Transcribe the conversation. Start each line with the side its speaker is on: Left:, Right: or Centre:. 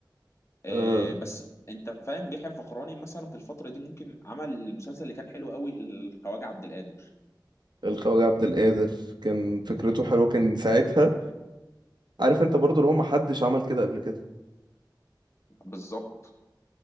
Left: آه،
Right: آه
Left: بس انت فاهم بيحيى الفخراني مثلا في الفتره دي ممكن عمل المسلسل اللي كان حلو قوي الخواجه عبد القادر
Right: الخواجة عبد القادر كان فكرته حلوه كان ساعتها عارف انت برضو اللي هو محدش عمل كده قبل كده
Left: بالظبط